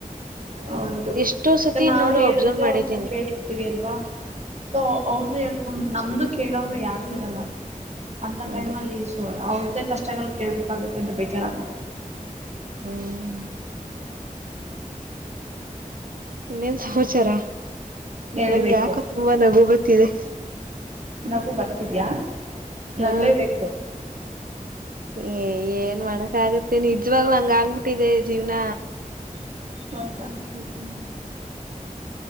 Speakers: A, on the right; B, on the right.
A: ಹೌದು
B: ಎಷ್ಟೋ ಸತಿ
A: ನಾವ್
B: ನೋಡು
A: ಹೇಳಿದ್ರೆ
B: ಅಬ್ಸರ್ವ್ ಮಾಡಿದ್
A: ಅವ್ರನ್ನ ಕೇಳಿರ್ತೀವಿ ಅಲ್ವಾ ಸೊ ಅವರು ಹೇಳ್ಕೊಂಡ ನಮ್ದು ಕೇಳೋವ್ರು ಯಾರು ಇರಲ್ಲ. ಅಂತ
B: ಹೌದು
A: ಟೈಮ್ ಅಲ್ಲಿ ಸೋ ಅವ್ರ್ದೇ ಕಷ್ಟಗಳು ಕೇಳ್ಬೇಕಾಗುತ್ತೆ ಅಂತ ಬೇಜಾರಂತ.
B: ಹ್ಮ್ ಇನ್ನೇನ್ ಸಮಾಚಾರ
A: ಹೇಳ್ಬೇಕು
B: ನಂಗ್ಯ ಯಾಕೋ ತುಂಬಾ ನಗು ಬತ್ತಿದೆ.
A: ನಗು ಬರ್ತಿದ್ಯಾ
B: ಹಾ
A: ನಗ್ಲೇಬೇಕು.
B: ಏ ಏನ್ ಮಾಡಕ್ ಆಗುತ್ತೆ ನಿಜ್ವಾಗ್ಲು ಅಂಗ - ಊಟಿದೆ ಜೀವ್ನ
A: ಹೌದಾ
B: ಹ್ಮ